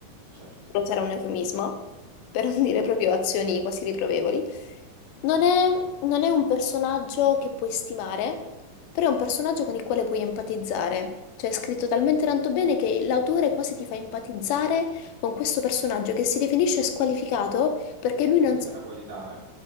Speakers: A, on the right; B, on the left.
A: Certo.
B: non sarà un eufemismo, <laughs> per non dire proprio azioni quasi riprovevoli, non è, non è un personaggio che puoi stimare, però è un personaggio con il quale puoi empatizzare. Cioè è scritto talmente tanto bene che l'autore quasi ti fa empatizzare con questo personaggio che si definisce squalificato perché lui
A: E
B: non
A: questa
B: si,
A: è una qualità, eh.